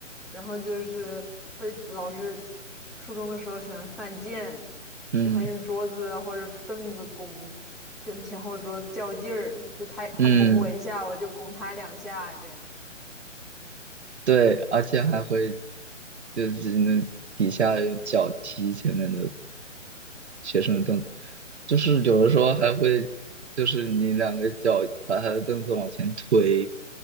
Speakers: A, in the centre; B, on the right.
A: 然后就是会老师初中的时候喜欢犯贱，
B: 嗯
A: 喜欢用桌子或者凳子拱跟前后桌较劲儿，就他他拱我一下，
B: 嗯。
A: 我就拱他两下这样。
B: 对，而且还会就是那底下用脚踢前面的学生的凳子，就是有的时候还会就是你两个脚把他的凳子往前推，